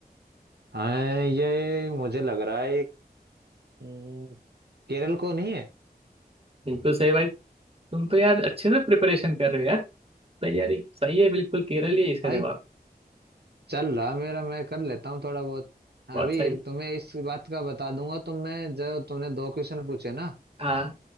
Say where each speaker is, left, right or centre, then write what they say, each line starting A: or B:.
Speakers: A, on the right (about 80°); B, on the right (about 35°).
A: हाँ ये मुझे लग रहा है एक, हम्म, केरल को नहीं है
B: बिल्कुल सही भाई तुम तो यार अच्छे से प्रिपरेशन कर रहे हो यार तैयारी सही है बिल्कुल केरल ही है इसका
A: भाई
B: जवाब
A: चल रहा मेरा मैं कर लेता हूँ थोड़ा बहुत
B: बहुत
A: अभी
B: सही
A: एक तुम्हें इस बात का बता दूंगा तो मैं जो तूने दो क्वेश्चन पूछे ना
B: हाँ